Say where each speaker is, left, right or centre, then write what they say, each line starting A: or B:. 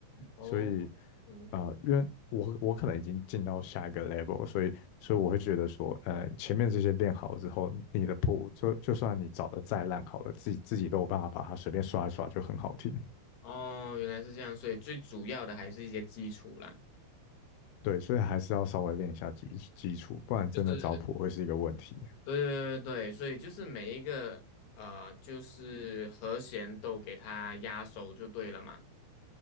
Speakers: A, on the left; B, on the left.
A: 哦，
B: 所以，
A: 嗯，
B: 呃，因为我我可能已经进到下一个 level，所以所以我会觉得说，呃，前面这些练好之后，你的谱就就算你找的再烂好了，自己自己都有办法把它随便刷一刷就很好听。
A: 哦，原来是这样，所以最主要的还是一些基础啦。
B: 对，所以还是要稍微练一下基基础，不然真的找谱会是一个问题。
A: 就是对对对对，所以就是每一个呃，就是和弦都给它压熟就对了嘛。